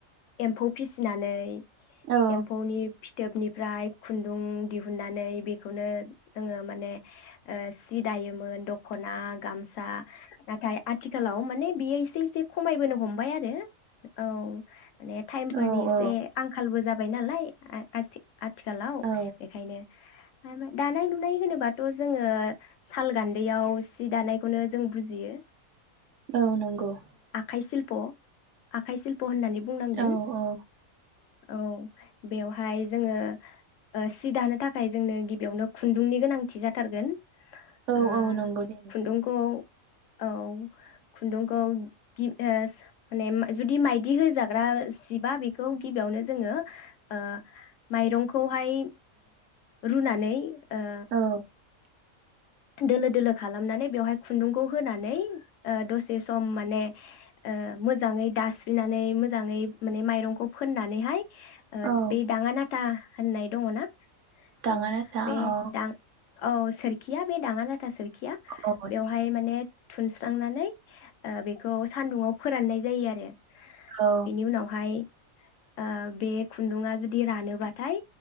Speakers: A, on the left; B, on the right.
A: एम्फौ फिसिनानै
B: औ ओ
A: एम्फौनि फिथोबनि फ्राय खुन्दुं दिहुननानै बेखौनो जोङो माने ओ सि दायोमोन दखना गामसा नाथाय आथिखालाव माने बेयो एसे एसे खमायबोनो हमबाय आरो औ माने टाइम फोरनि
B: औ
A: एसे
B: औ
A: आंखालबो जाबा बाय नालाय आथि- आथिखालाव
B: औ
A: बेखायनो दानाय लुनाय होनोबाथ जोङो साल गान्दैयाव सि दानायखौनो जों बुजियो
B: औ नंगौ।
A: बाइशिल्प आखाइशिल्प। ब होननानै बुंनांगोन।
B: औ औ
A: औ बेवहाय जोङो ओ सि दानो थाखाय जोंनो गिबियावनो खुन्दुंनि गोनांथि जाथारगोन। ओ
B: औ औ नंगौ दे नोंथां।
A: खुन्दुंखौ। औ खुन्दुंखौ। गिब एस। माने मा जुदि मायदि हो जाब। जाग्रा सिबा बेखौ गिबियावनो जोङो ओ माइरंखौहाय रुनानै। ओ
B: औ।
A: दोलो दोलो खालामनानै बेवहाय खुन्दुंखौ होनानै ओ दसे सम माने ओ मोजाङै दास्रिनानै मोजाङै माने माइरंखौ फोननानैहाय। ओ
B: औ
A: बे दाङा ना। था होननाय दङ ना।
B: दाङा
A: औ
B: नाथा
A: बे
B: औ
A: दां। औ सोरखि। गैया बे दाङा। थ सोरोरखिया
B: औ
A: बेवहाय माने। थुनस्रांनानै ओ बेखौ सान्दुंङाव फोराननाय जायो आरो।
B: औ
A: बेनि उनावहाय। ओ बे खुन्दुा जुदि रानोबाथाय